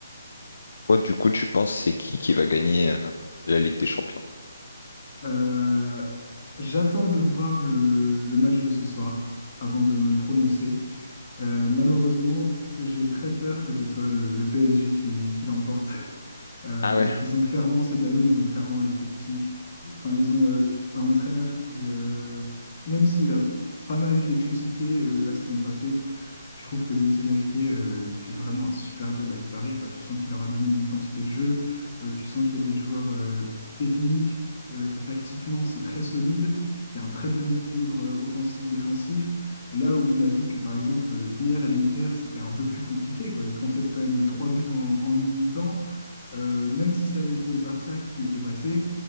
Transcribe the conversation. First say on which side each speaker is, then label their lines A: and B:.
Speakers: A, on the left; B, on the left.
A: Toi, du coup, tu penses c'est qui qui va gagner euh, la Ligue des Champions?
B: Euh, j'attends de voir le, le match de ce soir avant de me prononcer. Euh, malheureusement, j'ai très peur que ce soit le, le PSG qui, qui l'emporte. <laughs> Euh,
A: Ah
B: parce
A: ouais.
B: qu'ils ont clairement, cette année, ils ont clairement l'effectif. Enfin, ils ont euh, un entraîneur qui, euh, même s'il a pas mal été critiqué euh, la saison passée, je trouve que Luis Enrique, euh, il fait vraiment un super job avec Paris, quoi. Tu sens qu'il leur a donné une identité de jeu, euh, tu sens qu'il y a des joueurs euh, techniques, euh, que tactiquement c'est très solide, qu'il y a un très bon équilibre euh, offensif-défensif. Là où on a vu que par exemple euh, hier à l'Inter, c'était un peu plus compliqué, quoi. Ils concèdent quand même trois buts en, en une mi-temps. Euh, même si ça avait été le Barça qui était passé,